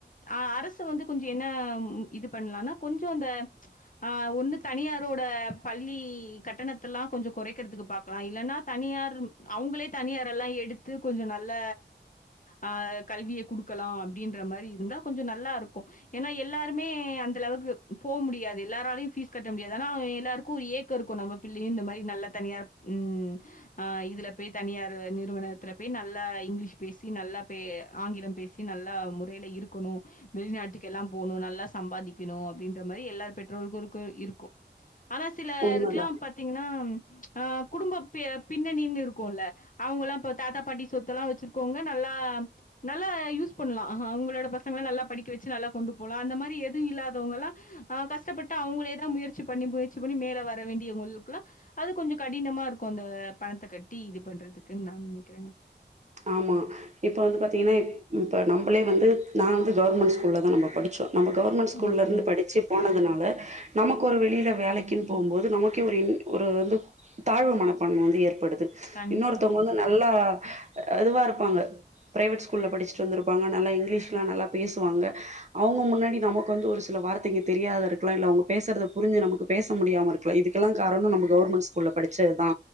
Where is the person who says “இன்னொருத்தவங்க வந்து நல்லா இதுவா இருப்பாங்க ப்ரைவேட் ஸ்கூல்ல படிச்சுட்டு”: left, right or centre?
Right